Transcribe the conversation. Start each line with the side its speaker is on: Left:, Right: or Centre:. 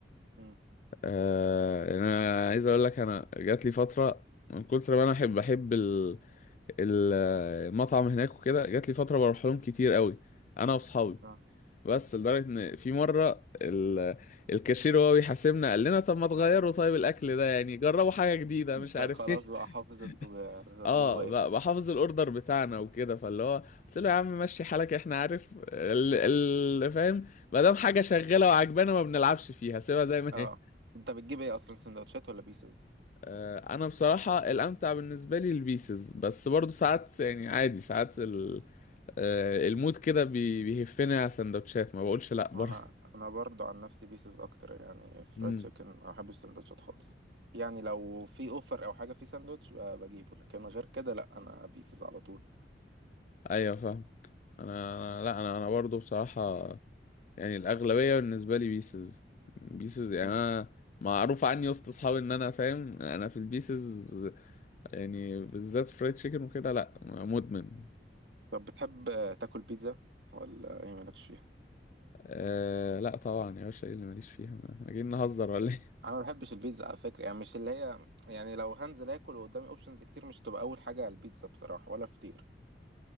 Right: امم
Left: آه يعني انا عايز اقول لك انا جات لي فترة من كتر ما انا احب احب ال- ال- المطعم هناك وكده جات لي فترة بروح لهم كتير قوي انا واصحابي
Right: اه
Left: بس لدرجة ان في مرة ال... الكاشير وهو بيحاسبنا قال لنا طب ما تغيروا طيب الاكل ده يعني جربوا حاجة جديدة مش عارف
Right: ده خلاص
Left: ايه
Right: بقى حافظ انتوا
Left: <laughs>
Right: بتطلبوا
Left: اه
Right: ايه
Left: ب- بحافظ الاوردر بتاعنا وكده فاللي هو قلت له يا عم مشي حالك احنا عارف ال... ال... فاهم ما دام حاجة شغالة وعجبانا ما بنلعبش فيها سيبها زي ما
Right: اه
Left: هي
Right: انت بتجيب ايه اصلا سندوتشات ولا بيسز
Left: آه، انا بصراحة الامتع بالنسبة لي البيسز بس برضو ساعات يعني عادي ساعات ال... آه، المود كده بي... بيهفني على سندوتشات ما بقولش لا
Right: انا
Left: برضه <laughs>
Right: انا برضو عن نفسي بيسز اكتر يعني فرايد
Left: امم
Right: تشيكن ما بحبش السندوتشات خالص يعني لو في اوفر او حاجه في ساندوتش ب- بجيبه لكن غير كده لا انا بيسز على طول
Left: ايوه فاهم انا انا لا انا انا برضو بصراحة يعني الاغلبية بالنسبة لي بيسز بيسز يعني
Right: مم.
Left: انا معروف عني وسط اصحابي ان انا فاهم انا في البيسز يعني بالذات فرايد تشيكن وكده لا مدمن
Right: طب بتحب تاكل بيتزا ولا ايه مالكش فيها
Left: آه لا طبعا يا باشا ايه اللي ماليش فيها انا إحنا جايين نهزر ولا ايه <laughs>
Right: انا ما بحبش البيتزا على فكره يعني مش اللي هي يعني لو هنزل اكل وقدامي اوبشنز كتير مش تبقى اول حاجه على البيتزا بصراحه ولا فطير